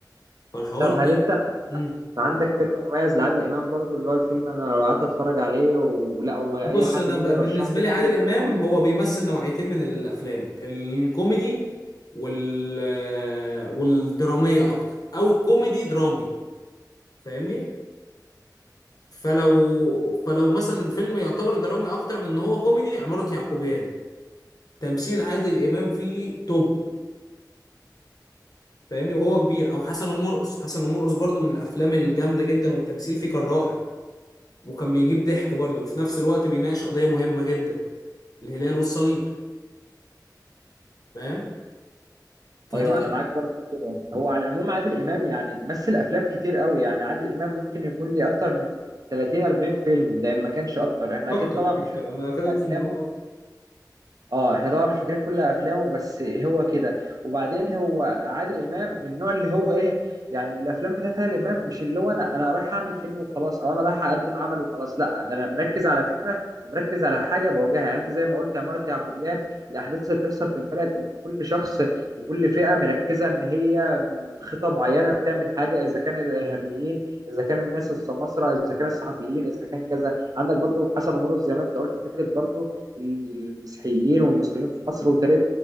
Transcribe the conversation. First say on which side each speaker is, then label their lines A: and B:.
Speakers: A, on the left (about 60°); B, on the right (about 55°).
A: فالحوار
B: طب
A: ده
B: هل انت
A: مم.
B: عندك فيلم مميز لعادل امام برضو اللي هو الفيلم انا لو قعدت اتفرج عليه ولا او اي
A: بص
B: حد
A: أنا
B: بيقول
A: ب-
B: لي رشح
A: بالنسبة
B: لي
A: لي عادل
B: عادل امام
A: إمام
B: هقول له
A: هو بيمثل نوعيتين من الأفلام الكوميدي وال آه، والدرامية أكتر أو كوميدي درامي فاهمني فلو فلو مثلا الفيلم يعتبر درامي اكتر من ان هو كوميدي عمارة يعقوبيان تمثيل عادل امام فيه توب فاهمني وهو كبير او حسن ومرقص حسن ومرقص برضو من الافلام الجامده جدا والتمثيل فيه كان رائع وكان بيجيب ضحك برضو وفي نفس الوقت بيناقش قضيه مهمه جدا الهلال والصليب فاهم فدي
B: ايوه
A: كانت
B: انا معاك برضه كده. هو على العموم عادل امام يعني مثل افلام كتير قوي يعني عادل امام ممكن يكون ليه اكتر من 30 40 فيلم ده إن ما كانش اكتر احنا
A: اكتر
B: اكيد طبعا
A: اكتر
B: مش
A: انا كده
B: فاكرين
A: جزء
B: افلامه
A: من هو اكتر
B: اه احنا طبعا مش فاكرين كل افلامه بس هو كده وبعدين هو عادل امام من النوع اللي هو ايه يعني الافلام بتاعت عادل امام مش اللي هو انا انا رايح اعمل فيلم وخلاص او انا رايح اقدم عمل وخلاص لا ده انا مركز على فكره ومركز على حاجه بواجهها يعني انت زي ما قلت عماره يعقوبيان الاحداث اللي بتحصل في البلد ان كل شخص وكل فئه مركزه ان هي خطه معينه بتعمل حاجه اذا كان الارهابيين اذا كان الناس السماسره اذا كان الصحفيين اذا كان كذا عندك برضو حسن ومرقص زي ما انت قلت فكره برضو المسيحيين والمسلمين في مصر وطريقه